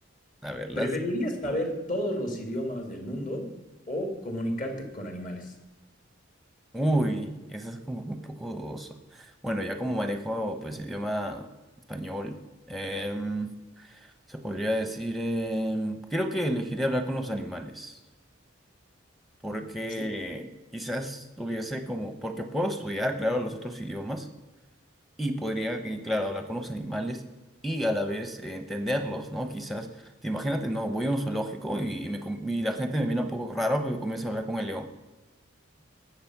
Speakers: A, in the centre; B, on the left (about 40°).
A: A ver, lanza.
B: ¿Preferirías
A: pregunta.
B: saber todos los idiomas del mundo o comunicarte con animales?
A: Uy, eso es como que un poco dudoso. Bueno, ya como manejo pues idioma español, em, se podría decir, em, creo que elegiría hablar con los animales. porque
B: Sí.
A: quizás tuviese como, porque puedo estudiar, claro, los otros idiomas y podría, eh, claro, hablar con los animales y a la vez eh, entenderlos, ¿no? Quizás, te imagínate, no, voy a un zoológico y, me com- y la gente me mira un poco raro porque comienzo a hablar con el león.